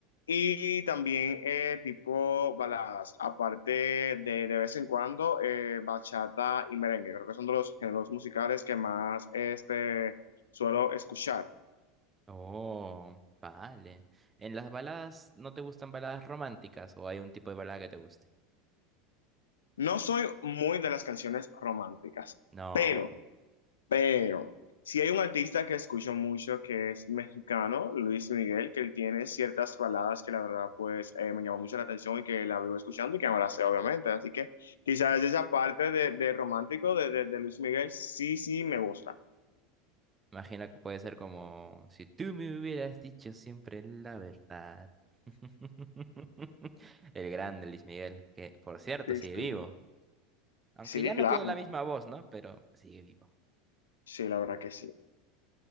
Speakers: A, on the left (about 80°); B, on the right (about 20°).
A: Y también eh, tipo baladas, aparte de de vez en cuando eh, bachata y merengue. Creo que son de los géneros musicales que más este, suelo escuchar.
B: Oh, vale. ¿En las baladas no te gustan baladas románticas o hay un tipo de balada que te guste?
A: No soy muy de las canciones románticas,
B: No,
A: pero, pero, si hay un artista que escucho mucho que es mexicano, Luis Miguel, que él tiene ciertas baladas que la verdad pues eh, me llamó mucho la atención y que la vivo escuchando y que me la sé obviamente. Así que quizás esa parte de, de romántico de, de, de Luis Miguel sí, sí me gusta.
B: imagino que puede ser como si tú me hubieras dicho siempre la verdad. <laughs> El grande Luis Miguel, que por cierto
A: Sí,
B: sigue
A: sí.
B: vivo. Aunque
A: Sí,
B: ya
A: claro.
B: no tiene la misma voz, ¿no? Pero sigue vivo.
A: Sí, la verdad que sí.